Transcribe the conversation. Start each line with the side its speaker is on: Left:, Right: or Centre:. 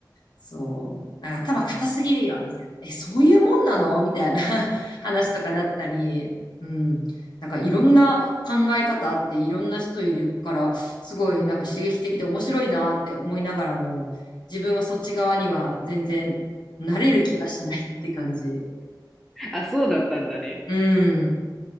Left: そう、なんか頭固すぎるよ、みたいな。え、そういうもんなのみたいな <laughs> 話とかなったり、うん。なんかいろんな考え方あっていろんな人いるから、すごいなんか刺激的で面白いなって思いながらも、
Centre: うん <laughs>
Left: 自分はそっち側には全然慣れる気がしないって感じ。
Centre: あ、そうだったんだね。
Left: うん。